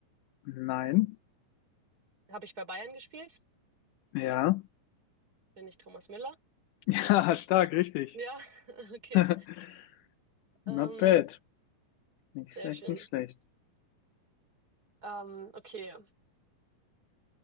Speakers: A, on the left; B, on the right.
A: Nein.
B: Habe ich bei Bayern gespielt?
A: Ja. <laughs>
B: Bin ich Thomas Müller?
A: Ja, stark, richtig.
B: Ja, <laughs> okay.
A: <laughs> Not
B: Ähm,
A: bad. Nicht
B: sehr
A: schlecht,
B: schön.
A: nicht schlecht.
B: Ähm, okay,